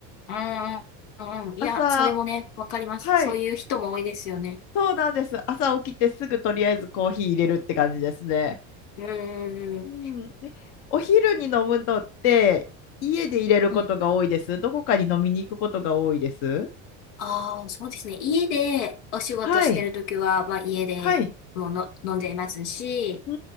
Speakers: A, on the left; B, on the left.
A: ああ、
B: <laughs>
A: うん。いや、
B: 朝
A: それもね、わかります。
B: はい、
A: そういう人も多いですよね。
B: そうなんです。朝起きてすぐとりあえずコーヒー入れるって感じですね。
A: うんうんうん。
B: うん。えお昼に飲むのって家で入れることが多いです。
A: はい。
B: どこかに飲みに行くことが多いです。
A: ああ、そうですね。家でお仕事してるときは、
B: はい。
A: まあ家でもうの飲んじゃいますし、
B: はい。う